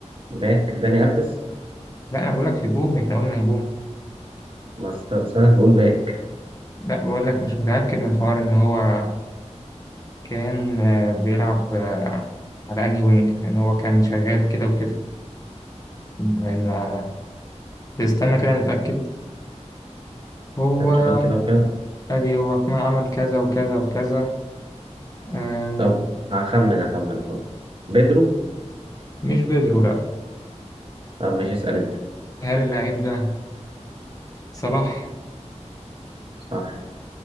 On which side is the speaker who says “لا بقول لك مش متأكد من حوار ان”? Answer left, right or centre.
Left